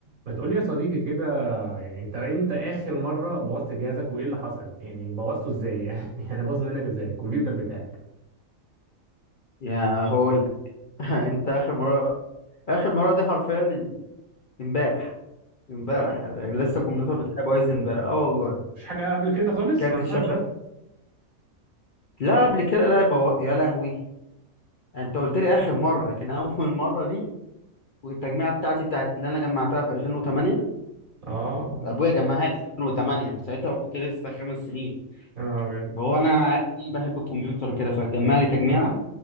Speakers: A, on the right; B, on the left.
A: ما تقولي يا صديقي كده يعني انت امتى اخر مره بوظت جهازك وايه اللي حصل يعني بوظته ازاي <laughs> يعني انا باظ منك ازاي الكمبيوتر بتاعك
B: يا هقول لك <laughs> امتى اخر مره اخر مره دي حرفيا من امبارح امبارح
A: يا راجل
B: يعني لسه الكمبيوتر بتاعي بايظ امبارح اه والله
A: مفيش حاجه قبل كده خالص
B: كارت
A: ما انا
B: الشاشه
A: عارف ده
B: لا قبل كده لا بو... يا لهوي يعني انت قلت لي اخر مره لكن <laughs> اول مره دي والتجميعه بتاعتي بتاعت اللي انا جمعتها في 2008
A: اه
B: ابويا جمعها لي في 2008 من ساعتها وكنت لسه خمس سنين
A: يا نهار ابيض
B: هو انا عارف إن انا بحب الكمبيوتر وكده فجمع لي تجميعه